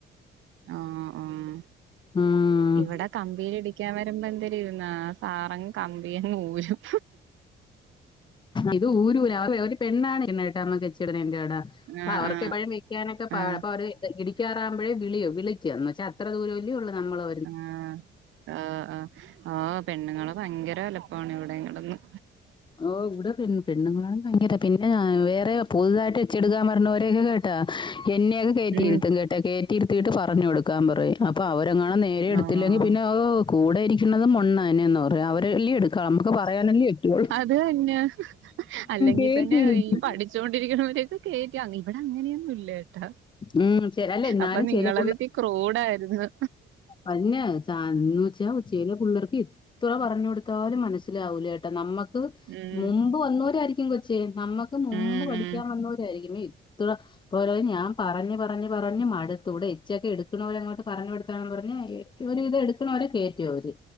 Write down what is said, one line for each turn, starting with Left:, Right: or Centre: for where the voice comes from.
Right: ആഹ് ആഹ്.
Left: ഉം
Right: ഇവടെ കമ്പീലിടി ക്കാൻ വരുമ്പോ എന്തലിരുന്നാ സാറങ്ങ് കമ്പിയങ് ഊരും.
Left: ഇത് ഊരൂല ഒരു പെണ്ണാണ് ട്ണേ ട്ടോ മ്മക്ക് എച്ചിടുന്നയ്ൻ്റെവടെ.
Right: ആഹ്
Left: ആ അവർക്ക്
Right: ആഹ്
Left: എപ്പോഴും നിക്കാനൊക്കെ പാട
Right: ആഹ്
Left: അപ്പൊ അവര് ഇടിക്കാറാവുമ്പോഴേ വിളി വിളിക്കാന്ന് വച്ചാൽ അത്ര ദൂരല്ലേള്ളൂ നമ്മളോ
Right: ആഹ് ആഹ് ആഹ് ആഹ് പെണ്ണുങ്ങള് ഭയങ്കര വലുപ്പാണ് ഇവടെ കടന്ന്.
Left: ഓ ഇവിടെ പെണ്ണ് പെണ്ണുങ്ങളാണ് ഭയങ്കര പിന്നെ വേറെ പുതുതായിട്ട് എച്ചി ടുകാൻ വർണോരേ കി കെ ട്ടാ എന്നെ കേറ്റിയിരുത്തും
Right: ഉം
Left: കേട്ടാ കേറ്റിരുത്തീട്ട് പറഞ്ഞ് കൊടുക്കാൻ പറയും അപ്പൊ അവര ങ്ങാണും നേരെ എടുത്തില്ലെങ്കി
Right: ആഹ്
Left: പിന്നെ അവൊ കൂടെ ഇരിക്കുന്നത് മൊണ്ണൻന്ന് പറയാ അവര്ല്ലേ എടുക്കാ നമുക്ക് പറയാനല്ലേ പറ്റുള്ളൂ.
Right: അത് തന്നെ അല്ലെങ്കി
Left: കേട്ടിരുത്തും
Right: തന്നെ ഈ പഠിച്ചോണ്ടിരിക്കിണവര് കേറ്റ ഇവടെ അങ്ങനെയൊന്നും ഇല്ലാട്ടാ.
Left: ഉം ചെ- അല്ല എന്നാലും
Right: അപ്പൊ നിങ്ങളരുത്തി
Left: ചില
Right: ക്രൂഡായിരുന്നു.
Left: പഞ്ഞ ചാന്ന് വെച്ചാ ഉച്ചയിലെ പിള്ളേർക്ക് ത്ര പറഞ്ഞു കൊടുത്താലും മനസ്സിലാവൂല കേട്ടാ നമ്മ ക്ക്
Right: ഉം
Left: മുമ്പ് വന്നൊരായിരിക്കും കൊച്ചേ നമ്മക്ക് മുമ്പ്
Right: ഉം
Left: പഠിക്കാൻ
Right: ഉം
Left: വന്നൊരായിരിക്കും മേ ത്ത് പോലൊ ഞാം പറഞ്ഞ് പറഞ് പറഞ് മടുത്തു, ഇവടെ എച്ചിയൊക്കെ എട്ക്ക്നോലെ അങ്ങോട്ട് പറഞ്ഞ് കൊടുത്ത അങ്ങനാ ഏഹ് ഇവര്തെ എടുക്ക്ണോലെ കേറ്റോ അവര്.